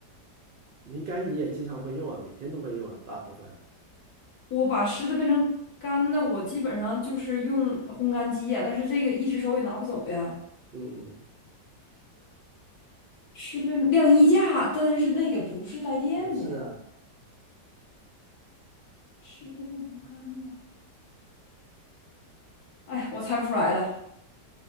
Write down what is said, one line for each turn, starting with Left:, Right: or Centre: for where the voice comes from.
Right: 应该你也经常会用啊，每天都会用啊，大部分。
Left: 我把湿的变成干的，我基本上就是用烘干机呀、但是这个一只手也拿不走呀。
Right: 嗯，
Left: 湿的变成晾衣架，但是那个不是带电的呀。
Right: 不是啊，
Left: 湿的变成干的，哎呀，我猜不出来了。